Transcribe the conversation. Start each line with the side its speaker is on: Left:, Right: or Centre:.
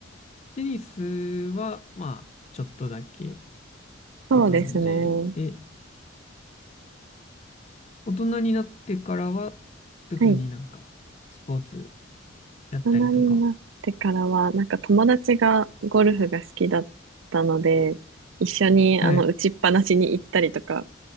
Left: テニスは、まあ、ちょっとだけっ
Right: そうですね。
Left: て感じで、
Right: は
Left: 大人になってからは、特になんか、
Right: い。
Left: スポーツやったりとかは。
Right: 大人になってからは、なんか友達がゴルフが好きだったので、一緒にあの打ちっぱなしに行ったりとか
Left: はい。